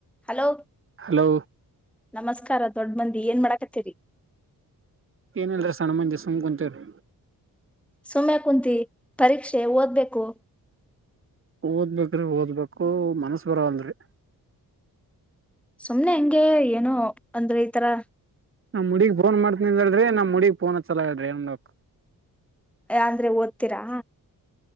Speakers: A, in the centre; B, on the right (about 35°).
A: Hello
B: hello
A: ನಮಸ್ಕಾರ ದೊಡ್ ಮಂದಿ ಏನ್ ಮಾಡಾಕತ್ತೀರಿ
B: ಏನೆ ಎಲ್ಲರ ಸಣ ಮಂದಿ ಸುಮ್ ಕುಂತೀವಿ
A: ಸುಮ್ಮನೆ ಕುಂತಿ ಪರೀಕ್ಷೆ ಓದ್ಬೇಕು
B: ಓದ್ಬೇಕ್ರಿ ಓದ್ಬೇಕು ಮನಸ್ ಬರೋವಲ್ರಿ
A: ಸುಮ್ನೆ ಹೆಂಗೆ ಏನು ಅಂದ್ರೆ ಈತರ
B: ನಾಮ್ಮ್ ಹುಡುಗಿ ಫೋನ್ ಮಾಡ್ತೀ ಹೇಳಡ್ರಿ ನಮ್ ನಮ್ಮುಡುಗಿ ಫೋನ್ ಹಚ್ಚಲ ಹೇಳ್ರಿ ಏನ್ ಮಾಡಬೇಕ್
A: ಅಂದ್ರೆ ಓದ್ತೀರಾ